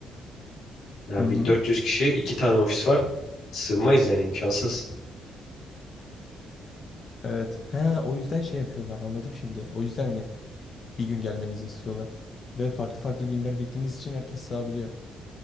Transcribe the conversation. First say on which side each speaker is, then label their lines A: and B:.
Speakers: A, on the left (about 75°); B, on the left (about 45°).
A: Yani
B: Hı hı.
A: 1400 kişi iki tane ofis var. Sığmayız yani imkansız.
B: Evet. He, o yüzden şey yapıyorlar anladım şimdi. O yüzden hani bir gün gelmenizi istiyorlar. Ve farklı farklı günler gittiğiniz için herkes sığabiliyor.